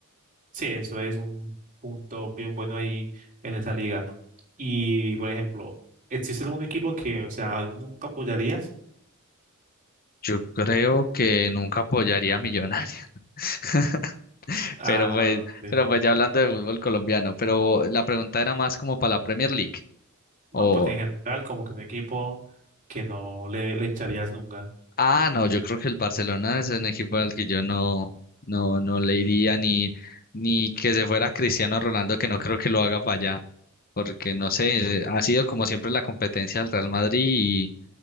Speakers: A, on the right; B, on the left.
A: Sí, eso es un punto bien bueno ahí en esa liga. Y, por ejemplo, ¿existe algún equipo que, o sea, nunca apoyarías?
B: Yo creo que nunca apoyaría a Millonarios. <laughs>
A: Ah,
B: Pero pues,
A: de-
B: pero pues ya hablando de fútbol colombiano, pero la pregunta era más como para la Premier League.
A: no,
B: O,
A: pues en general, como que un equipo que no le, le hincharías nunca.
B: ah, no, yo creo que el Barcelona es un equipo al que yo no, no, no le iría ni, ni que se fuera Cristiano Ronaldo, que no creo que lo haga para allá. Porque no sé, ha sido como siempre la competencia del Real Madrid